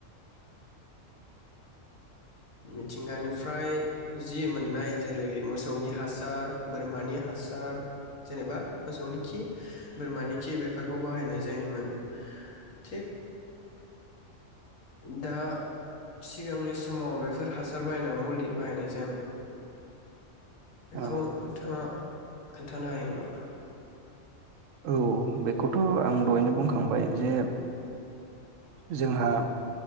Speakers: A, on the left; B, on the right.
A: मिथिंगानिफ्राय जि मोननाय जेरै मोसौनि हासार, बोरमानि हासार जेनेबा मोसौनि खि, बोरमानि खि बेफोरखौ बाहायनाय जायोमोन थिग दा सिगांनि समाव बेफोर हासार बायहायनायाव मुलि बाहायनाय जायामोन। बेखौ
B: औ
A: नोंथाङा खोनथानो हायो नामा?
B: औ बेखौथ आं दहायनो बुंखांबाय जे जोंहा